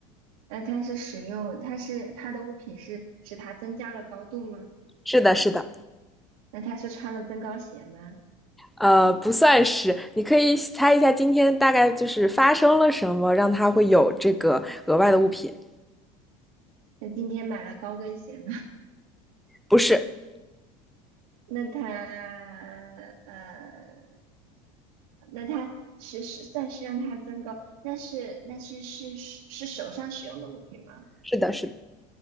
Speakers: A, on the right; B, in the centre.
A: 那它是使用，它是它的物品是使它增加了高度吗？
B: 是的，是的，
A: 那它是穿了增高鞋吗？
B: 呃，不算是，你可以猜一下今天大概就是发生了什么，让它会有这个额外的物品。
A: 那今天买了高跟鞋吗？
B: 不是，
A: <laughs> 那它呃，那它是是算是让它增高，那是那是是是手上使用的物品吗？
B: 是的，是的。